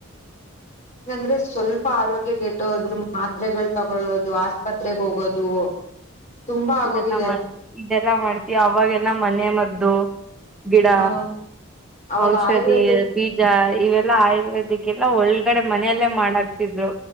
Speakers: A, on the left; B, in the centre.
A: ಆದೆ ಸ್ವಲ್ಪ ಆರೋಗ್ಯ ಕೆಟ್ಟ ಹೋದ್ರು ಮಾತ್ರೆಗಳು ತಗೊಳ್ಳೋದು ಆಸ್ಪತ್ರೆಗೆ ಹೋಗೋದು ತುಂಬಾ ಆಗೋಗಿದೆ
B: ಇದೆಲ್ಲ ಮಾಡ ಇದೆಲ್ಲಾ ಮಾಡ್ತಿಯಾ ಅವಾಗೆಲ್ಲ ಮನೆ ಮತ ಹೌದು ಗಿಡ
A: ಹ್ಮ ಅವಾಗ
B: ಔಷಧಿ
A: ಆಯುರ್ವೇದ
B: ಬೀಜ ಇವೆಲ್ಲ ಆಯುರ್ವೇದಕ್ಕೆ ಎಲ್ಲ ಒಳಗಡೆ ಮನೆಯಲ್ಲೇ ಮಾಡಕ್ತಿದ್ರು